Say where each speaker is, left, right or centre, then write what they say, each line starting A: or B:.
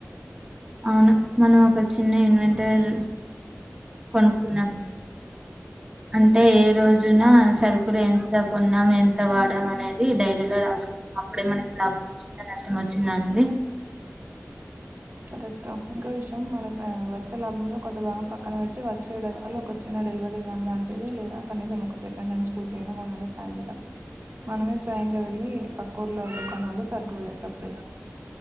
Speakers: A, on the right; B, on the right.
A: మన మనం ఒక చిన్న ఇన్వెంటర్ కొనుకుందాం. అంటే ఏ రోజున. సరుకులు ఎంత కొన్నాం ఎంత వాడాం అనేది డైరీలో రాసుకు అప్పుడే మనకి లాభం వచ్చిందని. కష్టం వచ్చిందా అండి.
B: కరెక్ట ఇంకో విషయం మన. వ వచ్చే లాభంలో కొంత భాగం పక్కన పెట్టి వచ్చేడాదికల్లో ఒక చిన్న డెలివరీ వ్యాన్ లాంటిది లేదా కనీసం. ఒక సెకండ్ హండ్ స్కూటీ అయినా కొనల ప్లాన్ చేద్దాం. మనమే స్వయంగా వెళ్ళి పక్కుర్లో దుకాణాలు సరుకులేయొచ్చు అప్పుడైతే.